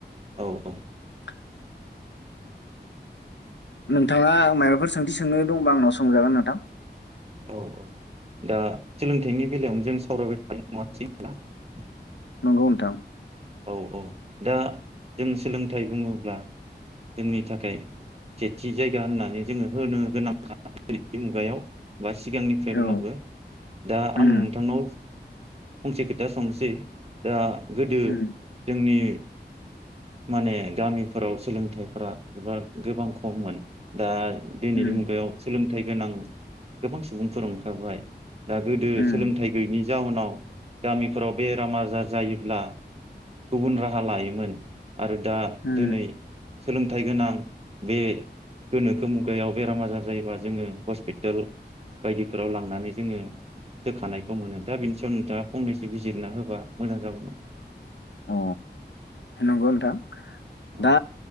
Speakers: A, on the right; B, on the left.
A: औ औ।
B: <unintelligible> नोंथाङा माबाफोर सोंथि सोंनो दंबा आंनाव सोंजागोन नोंथां।
A: औ औ दा सोलोंथाइनि बेलायावनो जों सावरायबाय थानाय <unintelligible>
B: नंगौ नोंथां।
A: औ औ दा जों सोलोंथाइ बुङोब्ला जोंनि थाखाय सेथि जायगा होननानै जोङो होनो गोनांखा मुगायाव बा सिगांनिफ्रायब्लाबो
B: औ
A: दा
B: उम
A: आं नोंथांनाव फंसे खोथा सोंनोसै दा गोदो
B: उम
A: जोंनि माने गामिफोराव सोलोंथाइफोरा एबा गोबां खममोन दा दिनैनि
B: उम
A: मुगायाव सोलोंथाइ गोनां गोबां सुबुंफोर ओंखारबाय दा गोदो
B: उम
A: सोलोंथाइ गैयिनि जाउनाव गामिफोराव बेराम आजार जायोब्ला गुबुन राहा लायोमोन। आरो दा
B: उम
A: दिनै सोलोंथाइ गोनां बे गोनोखो मुगायाव बेराम आजार जायोबा जोङो हस्पिटाल बायदिफोराव लांनानै जोङो होखानायखौ मोनो दा बेनि सायाव नोंथाङा फंनैसो बिजिरना होबा मोजां जागौमोन।
B: अ नंगौ नोंथां।
A: औ
B: दा